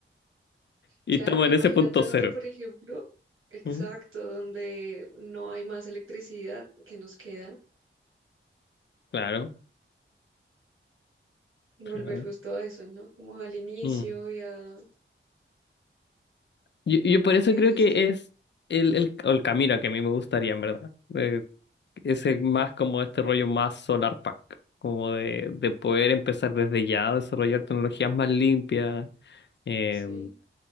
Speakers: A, on the left; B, on the right.
A: y
B: Claro,
A: estamos en
B: imagínate
A: ese punto cero.
B: donde, por ejemplo, exacto,
A: Mm,
B: donde no hay más electricidad que nos queda,
A: Claro,
B: volver
A: claro.
B: justo a eso, ¿no? Como al inicio
A: Mm.
B: y a...
A: Yo, yo por eso
B: ¿Qué dirías
A: creo que
B: tú?
A: es el, el, o el camino que a mí me gustaría, en verdad. Eh, ese más como este rollo más solar pack, como de, de poder empezar desde ya a desarrollar tecnologías más limpias, eh,
B: Sí,